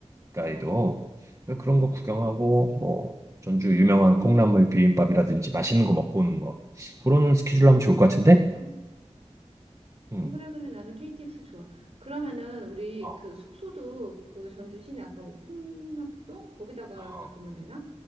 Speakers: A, on the right (about 25°); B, on the right (about 60°).
A: 주택가에도
B: 어.
A: 그래서 그런 거 구경하고 뭐 전주 유명한
B: 음,
A: 콩나물 비빔밥이라든지 맛있는 거 먹고 오는 거 그런 스케줄로 하면 좋을 것 같은데?
B: 어.
A: 음.
B: 어, 그래 그래. 나는 KTX 좋아. 그러면은
A: 그래.
B: 우리
A: 어,
B: 그 숙소도 그 전주 시내 아까 뭐 풍납동 거기다가
A: 어.
B: 잡으면 되나?